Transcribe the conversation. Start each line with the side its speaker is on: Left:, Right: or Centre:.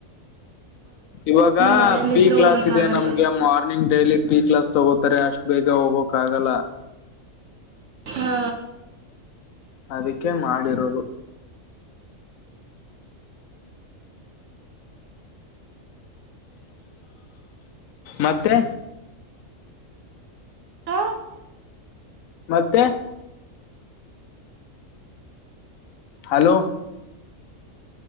Left: ಇವಾಗ
Right: ಮನೆಯಲ್ಲಿದ್ದರೆ
Left: ಪಿ ಕ್ಲಾಸ್
Right: ಹೋಗೋಕ್ಕಾಗಲ್ಲ
Left: ಇದೆ ನಮ್ಗೆ ಮಾರ್ನಿಂಗ್ ಡೈಲಿ ಪಿ ಕ್ಲಾಸ್ ತಗೋತಾರೆ ಅಷ್ಟು ಬೇಗ್ ಗ ಹೋಗಕಾಗಲ್ಲ.
Right: ಹಾ.
Left: ಅದಕ್ಕೆ ಮಾಡಿರೋದು. ಮತ್ತೆ
Right: ಹ
Left: ಮತ್ತೆ ಹಲೋ